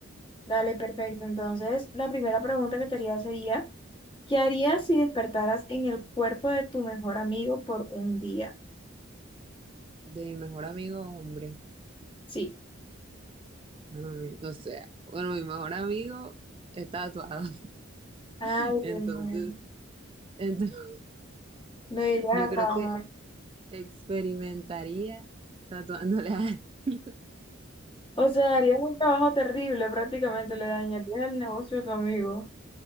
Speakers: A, on the left; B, on the right.
A: Dale, perfecto. Entonces, la primera pregunta que te haría sería, ¿qué harías si despertaras en el cuerpo de tu mejor amigo por un día?
B: De mi mejor amigo, hombre.
A: Sí.
B: Bueno, mi- o sea, bueno, mi mejor amigo está tatuado.
A: Ay,
B: <laughs> Entonces,
A: Dios mío.
B: entonces,
A: No
B: <laughs>
A: irías
B: yo
A: a
B: creo
A: trabajar.
B: que experimentaría tatuándole a... <laughs>
A: O sea, harías un trabajo terrible, prácticamente le dañarías el negocio a tu amigo.